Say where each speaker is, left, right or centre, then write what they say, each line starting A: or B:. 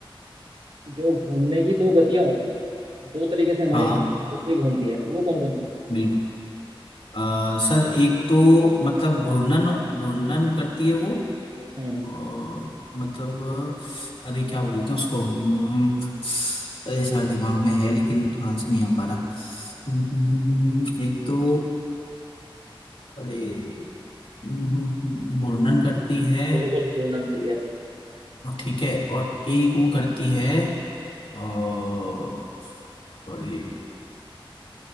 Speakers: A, on the right (about 80°); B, on the left (about 85°).
A: जो घूमने की दो गतियां होती हैं दो तरीके से हमारी
B: हाँ
A: पृथ्वी घूमती है वो कौन कौन सी हैं
B: बिल्कुल अ, सर एक तो मतलब घूर्णन घूर्णन करती है वो
A: हम्म
B: अ, मतलब
A: ठीक है
B: अ, अरे क्या बोलते हैं उसको हम्म, अरे सर दिमाग में है लेकिन आंसर नहीं आ पा रहा हम्म, हम्म, हम्म, हम्म, एक तो अरे हम्म, हम्म, हम्म, घूर्णन करती है
A: बिल्कुल घूमना सही है
B: हाँ, ठीक है और एक वो करती है और सॉरी